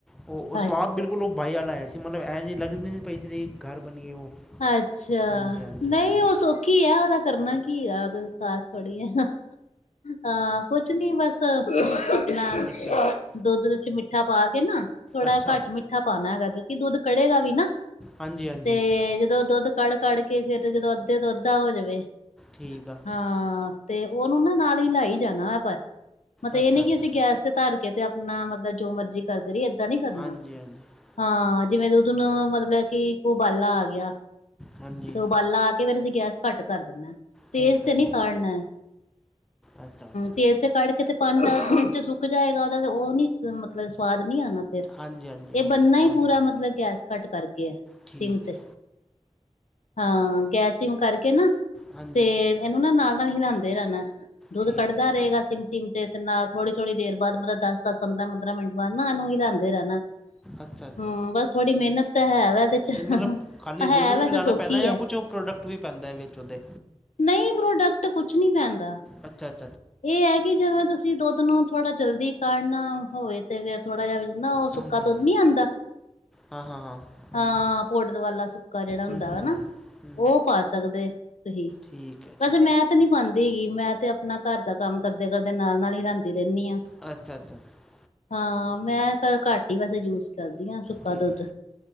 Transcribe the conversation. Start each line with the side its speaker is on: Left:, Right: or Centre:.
Centre: ਉਹ ਸਵਾਦ
Left: ਅੱਛਾ
Centre: ਬਿਲਕੁਲ ਉਹ ਭਾਈ ਵਾਲਾ ਆਇਆ ਸੀ ਮਤਲਬ ਐਂ ਲਗਦੀ ਨਹੀਂ ਪਈ ਸੀ ਘਰ ਬਣੀ ਜਾਏ ਉਹ
Left: ਅੱਛਾ
Centre: ਹਾਂਜੀ ਹਾਂਜੀ
Left: ਨਹੀਂ
Centre: ਹਾਂਜੀ
Left: ਉਹ ਸੌਖੀ ਕੀ ਆ ਉਹਦਾ ਕਰਨਾ ਕੀ ਹੈ ਖਾਸ ਥੋੜ੍ਹੀ ਆ ਹਾਂ ਕੁਛ ਨੀ ਬਸ ਨਾ
Centre: ਅੱਛਾ ਅੱਛਾ
Left: ਦੁੱਧ ਚ ਮਿੱਠਾ ਪਾ ਕੇ ਨਾ ਥੋੜਾ
Centre: ਅੱਛਾ
Left: ਘੱਟ ਮਿੱਠਾ ਮਿਠਾ ਪਾਉਣਾ ਹੈਗਾ ਕਿਉਂਕਿ ਦੁੱਧ ਕੜੇਗਾ ਵੀ ਨਾ
Centre: ਹਾਂਜੀ ਹਾਂਜੀ
Left: ਤੇ ਜਦੋਂ ਦੁੱਧ ਕੜ ਕੜ ਕੇ ਫੇਿਰ ਜਦੋਂ ਅੱਧੇ ਤੋਂ ਅੱਧਾ ਹੋ ਜਾਵੇ
Centre: ਠੀਕ ਆ
Left: ਹਾਂ ਤੇ ਉਹਨੂੰ ਨਾ ਨਾਲ ਹੀ ਹਿਲਾਈ ਜਾਣਾ ਵ ਪਰ ਮਤਲਬ
Centre: ਅੱਛਾ
Left: ਇਹ ਨੀ
Centre: ਅੱਛਾ
Left: ਕਿ ਅਸੀਂ
Centre: ਅੱਛਾ
Left: ਗੈਸ ਧਰ ਕੇ ਤੇ ਆਪਣਾ ਮਤਲਬ ਜੋ ਮਰਜ਼ੀ ਕਰਦੇ ਰਹੀ ਏਦਾਂ ਨੀ ਕਰਨਾ
Centre: ਹਾਂਜੀ ਹਾਂਜੀ
Left: ਹਾਂ ਜਿਵੇਂ ਕਿ ਦੁੱਧ ਨੂੰ ਮਤਲਬ ਕਿ ਇੱਕ ਉਬਾਲਾ ਆ ਗਿਆ
Centre: ਹਾਂਜੀ
Left: ਤੇ ਉਬਾਲਾ ਆ ਕੇ ਫੇਰ ਅਸੀਂ ਗੈਸ ਘੱਟ ਕਰ ਦਿੰਨਾ ਤੇਜ਼
Centre: ਠੀਕ
Left: ਤੇ
Centre: ਆ
Left: ਨਹੀਂ
Centre: ਠੀਕ
Left: ਕਢਨਾ
Centre: ਅੱਛਾ ਅੱਛਾ
Left: ਤੇਜ਼ ਤੇ ਕੱਢ ਕੇ ਤੇ ਪੰਜ ਦ ਮਿੰਟ ਚ ਸੁੱਕ ਜਾਏਗਾ ਉਹਦਾ ਤੇ ਉਹ ਨੀ ਮਤਲਬ ਸਵਾਦ ਨੀ ਆਨਾ ਫਿਰ,
Centre: ਹਾਂਜੀ ਹਾਂਜੀ
Left: ਇਹ
Centre: ਉਹ
Left: ਬੰਨਾ
Centre: ਫਿਰ ਸਵਾਦ
Left: ਹੀ ਪੂਰਾ ਮਤਲਬ ਗੈਸ ਘੱਟ ਕਰਕੇ ਹੈ
Centre: ਠੀਕ
Left: ਸੀਮ ਤੇ
Centre: ਹੈ
Left: ਹਾਂ ਗੈਸ ਸਿਮ ਕਰਕੇ ਨਾ
Centre: ਹਾਂਜੀ
Left: ਤੇ ਐਨੂੰ ਨਾ ਨਾਲ-ਨਾਲ ਹਿਲਾਂਦੇ ਰੈਣਾ। ਦੁੱਧ
Centre: ਠੀਕ
Left: ਕੱੜਦਾ
Centre: ਹੈ
Left: ਰਹੇਗਾ ਸਿਮ-ਸਿਮ ਤੇ। ਤੇ ਨਾਲ ਥੋੜੀ-ਥੋੜ੍ਹੀ ਦੇਰ ਬਾਦ ਮਤਲਬ ਦਸ-ਦਸ ਪੰਦਰਾ -ਪੰਦਰਾਂ ਮਿੰਟ ਬਾਦ ਨਾ ਇਨੂ‌ ਹੀਲਾਂਦੇ ਰੈਣਾ।
Centre: ਅੱਛਾ ਅੱਛਾ
Left: ਹਮ ਬਸ ਥੋੜ੍ਹੀ ਮਿਹਨਤ ਤਾਂ ਹੈ ਵਾ ਇਹਦੇ ਚ
Centre: ਨਹੀਂ ਮਤਲਬ ਖਾਲੀ ਦੁੱਧ
Left: ਹੈ
Centre: ਨੂੰ
Left: ਵੈਸੇ
Centre: ਹੀ ਹਿਲੋਣਾ
Left: ਸੌਖੀ
Centre: ਪੈਣਾ ਜਾਂ
Left: ਹੈ
Centre: ਕੁਛ ਉਹ ਪ੍ਰੋਡਕਟ ਵੀ ਪੈਂਦਾ ਹੈ ਵਿੱਚ ਉਹਦੇ
Left: ਨਹੀਂ ਪ੍ਰੋਡਕਟ ਕੁਛ ਨਹੀਂ ਪੈਂਦਾ
Centre: ਅੱਛਾ ਅੱ
Left: ਇਹ ਹੈ ਕਿ ਜਿਵੇਂ ਤੁਸੀਂ ਦੁੱਧ ਨੂੰ ਥੋੜਾ ਜਲਦੀ ਕਾਢਨਾ ਹੋਵੇ ਤੇ ਫੇ ਥੋੜਾ ਜਿਹਾ ਉਹ ਸੁੱਕਾ
Centre: ਹੂੰ ਹੂੰ
Left: ਦੁੱਧ ਨੀ ਆਉਂਦਾ
Centre: ਹਾਂ ਹਾਂ ਹਾਂ
Left: ਹਾਂ
Centre: ਹਮ
Left: ਪੋਡਰ ਵਾਲਾ ਸੁੱਕ ਜਿਹੜਾ ਹੁੰਦਾ
Centre: ਹੂੰ ਹੂੰ
Left: ਵਾ ਨਾ
Centre: ਹੂੰ ਹੂੰ
Left: ਉਹ ਪਾ ਸਕਦੇ ਤੁਸੀਂ
Centre: ਠੀਕ ਹੈ
Left: ਵੈਸੇ
Centre: ਠੀਕ
Left: ਮੈਂ ਤੇ ਨੀ ਪਾਉਦੀ ਹੈਗੀ ਮੈਂ ਤੇ ਆਪਣਾ ਘਰ ਦਾ ਕੰਮ ਕਰਦੇ ਕਰਦੇ ਨਾਲ ਨਾਲ ਹੀ ਲਦੀ ਰਹਿੰਦੀ ਹਾਂ
Centre: ਅੱਛਾ ਅੱਛਾ ਅੱਛਾ
Left: ਹਾਂ ਮੈਂ ਕ ਘੱਟ ਹੀ ਵੈਸੇ ਯੂਜ ਕਰਦੀ ਹਾਂ ਸੁੱਕਾ
Centre: ਠੀਕ
Left: ਦੁੱਧ